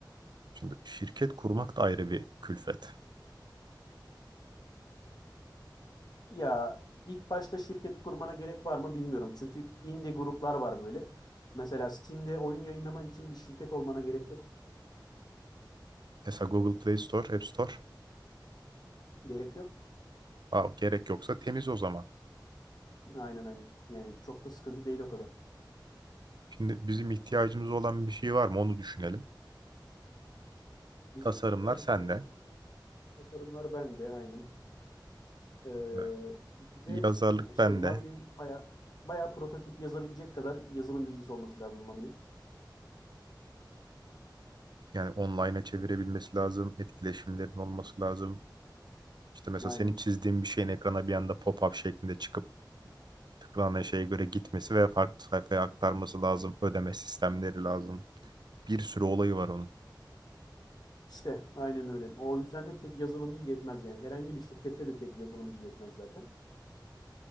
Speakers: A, on the right; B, on the left.
A: Şimdi şirket kurmak da ayrı bir külfet.
B: Ya ilk başta şirket kurmana gerek var mı bilmiyorum. Çünkü indie gruplar var böyle. Mesela Steam'de oyun yayınlamak için bir şirket olmana gerek yok.
A: Mesela Google Play Store, App Store,
B: Gerek yok.
A: Aa, gerek yoksa temiz o zaman.
B: Aynen aynen. Yani çok da sıkıntı değil o kadar.
A: Şimdi bizim ihtiyacımız olan bir şey var mı onu düşünelim.
B: Bizim
A: Tasarımlar
B: ihtiyacımız
A: sende,
B: olan bir şey tasarımlar bende aynen. Ee,
A: Evet.
B: bize
A: yazarlık
B: işte
A: bende.
B: Mami'nin baya baya prototip yazabilecek kadar yazılım bilgisi olması lazım Mami'nin.
A: Yani online'a çevirebilmesi lazım, etkileşimlerin olması lazım. İşte mesela
B: Aynen.
A: senin çizdiğin bir şeyin ekrana bir anda pop-up şeklinde çıkıp tıklanan şeye göre gitmesi ve farklı sayfaya aktarması lazım. Ödeme sistemleri lazım. Bir sürü olayı var onun.
B: İşte aynen öyle. O yüzden de tek yazılımcı yetmez yani. Herhangi bir şirkette de tek yazılımcı yetmez zaten.